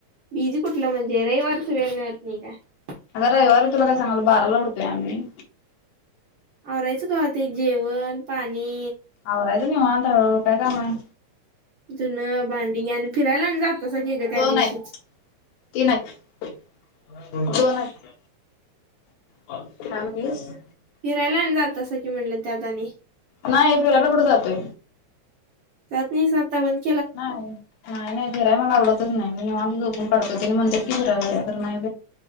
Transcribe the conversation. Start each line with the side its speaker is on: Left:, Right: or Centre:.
Right: बीजी कुठलं म्हणजे रविवारच वेळ मिळत नाही काय
Left: अग रविवारी तुला काय सांगालोय बाराला उठतोय आम्ही
Right: आवरायचं कावा ते जेवण पाणी
Left: आवरायचं निवांत हळू हळू काय काम आहे.
Right: जुूनं भांडी आणि फिरायला आणि जातसं की ग त्या
Left: दोन
Right: दिवशीच
Left: आहेत तीन आहेत दोन आहेत का म्हणलीस
Right: फिरायला आणि जातासा की म्हणलं त्या दनी
Left: नाही फिरायला कुठं जातोय
Right: <unintelligible>
Left: नाही नाही नाही फिराय मला आवडतच नाही मी मा झोपून काढतो म्हणत की फिरायय तर नाही